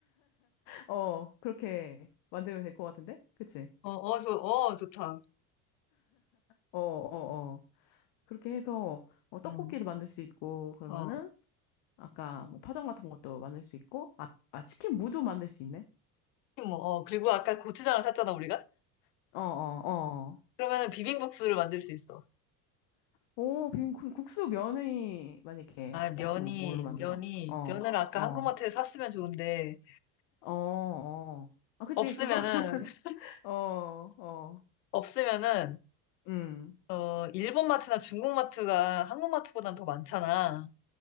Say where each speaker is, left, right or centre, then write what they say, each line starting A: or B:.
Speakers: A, on the left (about 60°); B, on the left (about 80°).
A: 어, 그렇게 만들면 될 것 같은데? 그치?
B: 어, 어, 좋, 어, 좋다.
A: 어, 어, 어. 그렇게 해서, 어, 떡볶이도
B: 음,
A: 만들 수 있고, 그러면은,
B: 어,
A: 아까 뭐 파전 같은 것도 만들 수 있고, 아, 아, 치킨 무도 만들 수 있네?
B: 뭐, 어, 그리고 아까 고추장을 샀잖아, 우리가?
A: 어, 어, 어.
B: 그러면은 비빔국수를 만들 수 있어.
A: 오, 빈 국수 면이 만약에
B: 아, 면이,
A: 없으면 뭘로 만들어?
B: 면이,
A: 어,
B: 면을 아까
A: 어,
B: 한국마트에 샀으면 좋은데,
A: 어, 어. 아, 그치,
B: 없으면은,
A: 그거, <laughs>
B: <laughs>
A: 어, 어.
B: 없으면은,
A: 음.
B: 어, 일본 마트나 중국 마트가 한국 마트보단 더 많잖아.